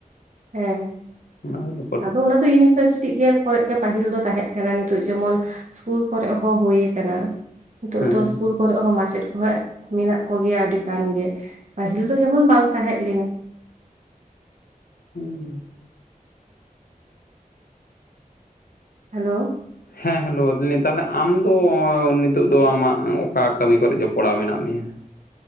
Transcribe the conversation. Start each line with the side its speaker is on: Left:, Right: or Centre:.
Right: ᱦᱮᱸ,
Left: ᱚᱱᱟ ᱦᱤᱞᱚᱜ
Right: ᱟᱫᱚ ᱚᱱᱟ ᱫᱚ ᱤᱭᱩᱱᱤᱵᱷᱟᱨᱥᱤᱴᱤ ᱜᱮᱭᱟ ᱠᱚᱨᱮ ᱜᱮ ᱯᱟᱹᱦᱤᱞ ᱫᱚ ᱛᱟᱦᱮᱸ ᱠᱟᱱᱟ ᱱᱤᱛᱚᱜ ᱡᱮᱢᱚᱱ ᱥᱠᱩᱞ ᱠᱚᱨᱮᱜ ᱦᱚᱸ ᱦᱩᱭ ᱟᱠᱟᱱᱟ ᱱᱤᱛᱚᱜ
Left: ᱦᱮᱸ
Right: ᱫᱚ ᱤᱥᱠᱩᱞ ᱠᱚᱨᱮ ᱦᱚᱸ ᱢᱟᱪᱮᱛ ᱦᱳᱭ ᱢᱮᱱᱟᱜ ᱠᱚᱜᱮᱭᱟ ᱟᱹᱰᱤ ᱜᱟᱱ ᱜᱮ ᱯᱟᱹᱦᱤᱞ ᱫᱚ ᱡᱮᱢᱚᱱ ᱵᱟᱝ ᱛᱟᱦᱮᱸ ᱞᱮᱱᱟ
Left: ᱦᱩᱸ
Right: ᱦᱮᱞᱳ
Left: ᱦᱮᱸ ᱦᱮᱞᱳ ᱛᱟᱦᱞᱮ ᱟᱢ ᱫᱚ ᱱᱤᱛ ᱱᱤᱛᱚᱜ ᱫᱚ ᱟᱢᱟᱜ ᱚᱠᱟ ᱠᱟᱹᱢᱤ ᱠᱚᱨᱮ ᱡᱚᱯᱲᱟᱣ ᱢᱮᱱᱟᱜ ᱢᱮᱭᱟ